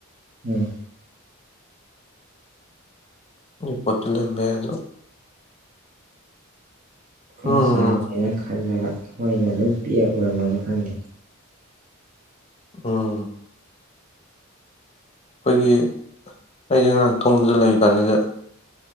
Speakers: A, on the right (about 40°); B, on the left (about 30°).
A: ꯎꯝ
B: ꯄꯣꯠꯇ ꯂꯕꯦ ꯑꯗꯨꯣ ꯎꯝ
A: ꯣꯡ ꯆꯥꯎꯥꯦꯅ ꯈꯜꯂꯒ ꯃꯣꯏꯅ ꯑꯗꯨꯝ ꯄꯤꯑ ꯎꯔꯝꯃꯒ ꯈꯪꯗꯦ
B: ꯎꯝ ꯑꯩꯈꯣꯏꯒꯤ ꯍꯌꯦ ꯑꯔꯥꯡ ꯊꯣꯡꯗ ꯂꯩꯔꯤ ꯀꯥꯟꯁꯤꯗ